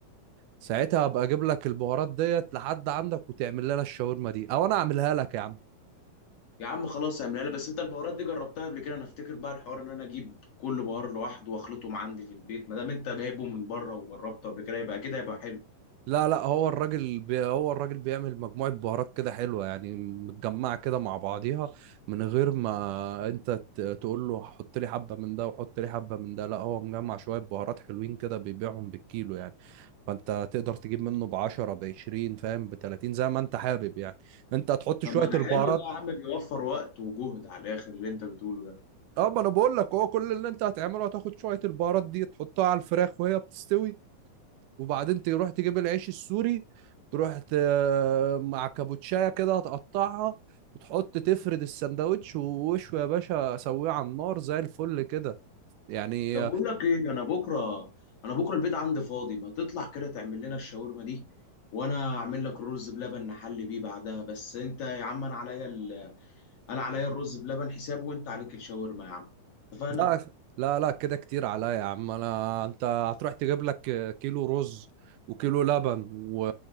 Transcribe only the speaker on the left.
يا عم خلاص اعملها لي بس انت البهارات دي جربتها قبل كده انا افتكر بقى الحوار ان انا اجيب كل بهار لوحده واخلطهم عندي في البيت ما دام انت جايبه من بره وجربته قبل كده يبقى كده هيبقى حلو
طب
ما ده
حلو ده يا عم بيوفر وقت وجهد على الاخر اللي انت بتقوله ده
طب بقول لك ايه انا بكره انا بكره البيت عندي فاضي ما تطلع كده تعمل لنا الشاورما دي وانا اعمل لك الرز بلبن نحلي بيه بعدها بس انت يا عم انا عليا ال... انا عليا الرز بلبن حساب وانت عليك الشاورما يا عم اتفقنا